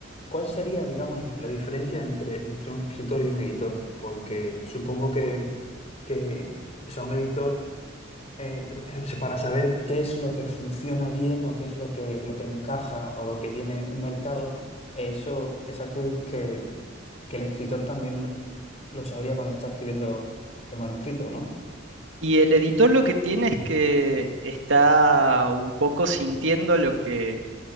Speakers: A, on the left (about 35°); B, on the right (about 70°).
A: ¿cuál sería, digamos, la diferencia entre, entre un escritor y un editor? Porque supongo que, que o sea, un editor, eh, es para saber qué es lo que funciona bien o qué es lo que, lo que encaja o lo que tiene un mercado, eso es algo que que el escritor también lo sabría cuando está escribiendo el manuscrito, ¿no?
B: Y el editor lo que tiene es que está un poco sintiendo lo que